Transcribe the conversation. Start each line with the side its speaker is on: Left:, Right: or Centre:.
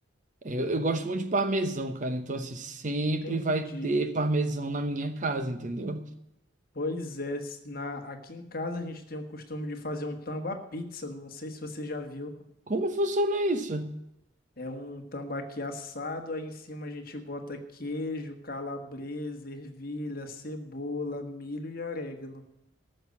Right: É, Eu, eu gosto muito de parmesão, cara. Então, assim, sempre
Left: Entendi.
Right: vai ter parmesão na minha casa, entendeu?
Left: Pois é, s- na, aqui em casa a gente tem o costume de fazer um tamba pizza, não sei se você já viu.
Right: Como funciona isso?
Left: É um tambaqui assado, aí em cima a gente bota queijo, calabresa, ervilha, cebola, milho e orégano.